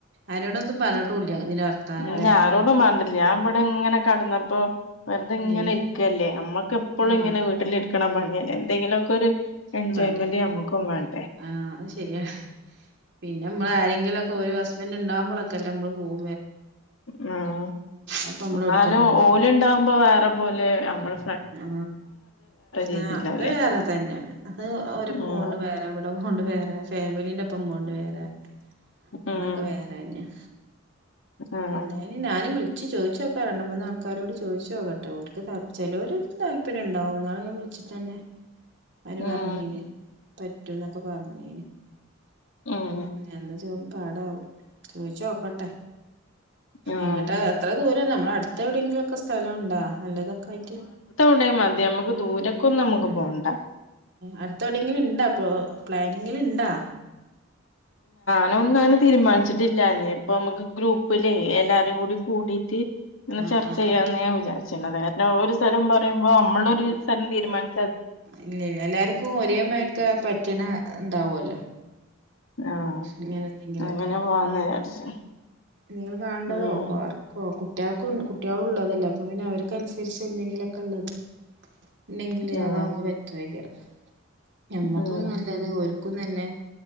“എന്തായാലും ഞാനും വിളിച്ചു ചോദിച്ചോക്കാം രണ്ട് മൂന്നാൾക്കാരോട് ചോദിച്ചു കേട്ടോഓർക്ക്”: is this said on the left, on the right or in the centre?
Right